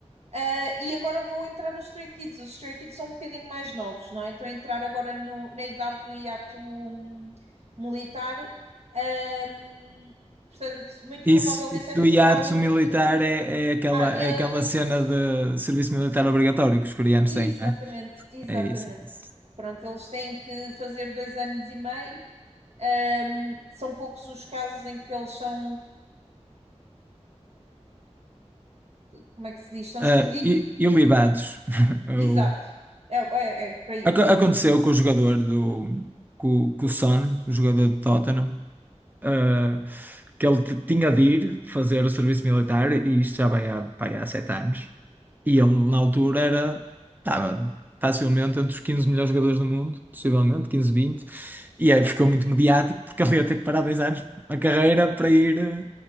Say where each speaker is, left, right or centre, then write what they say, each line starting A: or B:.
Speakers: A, on the right; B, on the right.
A: Eh, e agora vão entrar os Stray Kids. Os Stray Kids são um bocadinho mais novos, não é? Estão a entrar agora no- na idade do hiato hum, militar. Ahm, portanto, muito
B: Isso,
A: provavelmente
B: isso
A: esta
B: do hiato
A: será a última
B: militar
A: tour.
B: é, é aquela,
A: Ah, é,
B: é aquela cena de serviço militar obrigatório que os coreanos
A: exatamente,
B: têm, não é?
A: exatamente.
B: É isso, é isso.
A: Pronto, eles têm que fazer dois anos e meio Um, são poucos os casos em que eles são, como é que se diz, são
B: Ah,
A: excluídos
B: e, e libados? <laughs> Eu,
A: Exato, é, é, é para aí,
B: Aco- Aconteceu com o jogador do. Com, com o Son, o jogador do Tottenham, eh, que ele t- tinha de ir fazer o serviço militar, e isto já vai há, vai há sete anos. E ele, na altura, era, estava facilmente entre os 15 melhores jogadores do mundo, possivelmente, 15, 20. E aí ficou muito mediático, porque ele ia ter que parar dois anos a carreira para ir, eh,